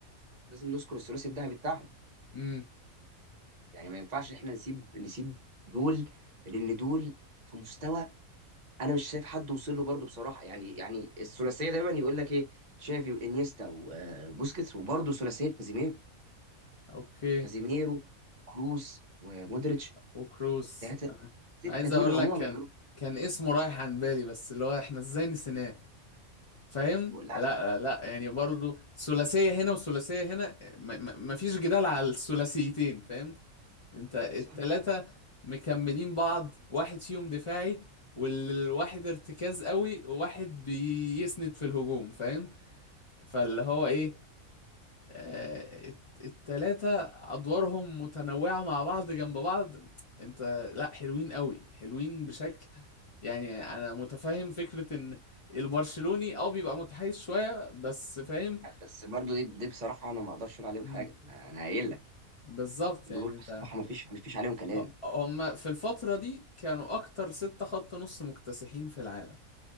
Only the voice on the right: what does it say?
لازم نذكر الثلاثي الذهبي بتاعهم
يعني ما ينفعش احنا نسيب نسيب دول لان دول في مستوى انا مش شايف حد وصل له برضه بصراحه يعني يعني الثلاثيه دايما يقول لك ايه تشافي وانيستا وبوسكيتس وبرضه ثلاثيه كازيميرو
كازيميرو كروس ومودريتش
ثلاثه
السته
دول
عموما
غير
لا
صعب
بس برضه دي, دي بصراحه انا ما اقدرش اقول عليهم
حاجه انا أنا قايل لك
دول
بصراحه ما فيش ما فيش عليهم كلام